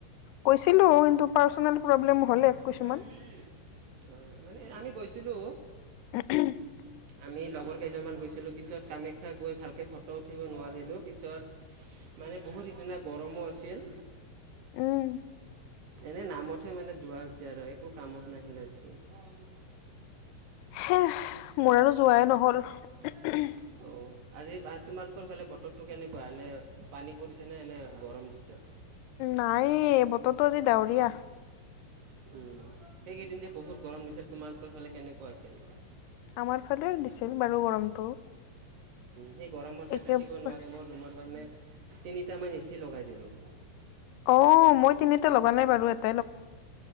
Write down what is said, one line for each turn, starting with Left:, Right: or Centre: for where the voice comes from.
Left: কৈছিলো কিন্তু পাৰ্চনেল প্ৰব্লেম হ'লে এক কিছুমান
Right: কি অ মানে আমি গৈছিলো
Left: <unintelligible>
Right: আমি লগৰ কেইজনমান গৈছিলোঁ পিছত কামাখ্যা গৈ ভালকে ফটো উঠিব নোৱাৰিলোঁ পিছত মানে বহুত সিদিনা গৰমো আছিল
Left: উম
Right: এনে নামতহে মানে যোৱা হৈছে আৰু একো কামত নাহিলে বিশেষ। <unintelligible>
Left: হে মোৰ আৰু যোৱাই নহ'ল।
Right: <unintelligible>
Left: নাই
Right: অ' আজি বা তোমালোকৰ ফালে বতৰটো কেনেকুৱা এনে পানী পৰিছে নে এনে গৰম দিছে।
Left: নাইয়ে বতৰটো আজি ডাৱৰীয়া।
Right: উম, সেইকেইদিন যে বহুত গৰম দিছিল তোমালোকৰ ফালে কেনেকুৱা আছিল।
Left: আমাৰ ফালে দিছিল বাৰু গৰম।
Right: উম, সেই গৰমতে
Left: একেবাৰে
Right: থাকিব নোৱাৰে মোৰ ৰুমত মানে তিনিটামান এ চি লগাই দিলোঁ।
Left: অ' মই তিনিটা লগা নাই বাৰু এট